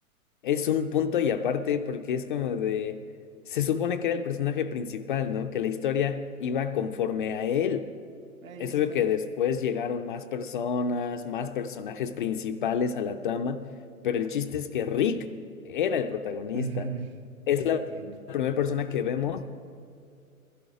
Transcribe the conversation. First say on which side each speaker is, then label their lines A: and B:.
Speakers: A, on the left (about 35°); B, on the right (about 65°).
A: es un punto y aparte porque es como de se supone que era el personaje principal, ¿no? Que la historia iba conforme a él.
B: Ahí
A: Es
B: está.
A: obvio que después llegaron más personas, más personajes principales a la trama, pero el chiste es que Rick era el protagonista.
B: Ujú,
A: Es la
B: Entiendo.
A: primera persona que vemos